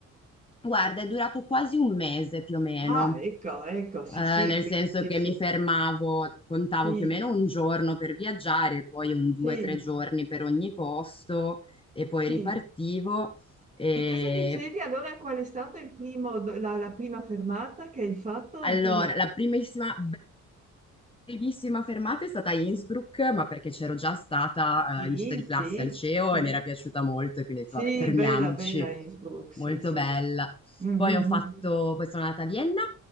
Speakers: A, on the left; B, on the right.
A: guarda, è durato quasi un mese più o meno.
B: Ah, ecco, ecco, sì,
A: Eh,
B: sì,
A: nel
B: qui,
A: senso
B: sì,
A: che
B: sì,
A: mi fermavo, contavo
B: sì,
A: più o meno un giorno per viaggiare, poi un due
B: sì,
A: o tre giorni per ogni posto e poi
B: sì.
A: ripartivo. E
B: E cosa dicevi allora? Qual è stata il primo, do- la, la prima fermata che hai fatto? Il
A: allora,
B: primo...
A: la primissima primissima fermata è stata Innsbruck, ma perché c'ero già stata
B: Sì,
A: eh, in gita di classe
B: sì,
A: al liceo
B: sì,
A: e mi era piaciuta molto e quindi ho
B: sì,
A: detto vabbè, fermiamoci.
B: bella, bella Innsbruck, sì,
A: Molto
B: sì.
A: bella.
B: Mhm,
A: Poi ho fatto,
B: mhm.
A: poi sono andata a Vienna,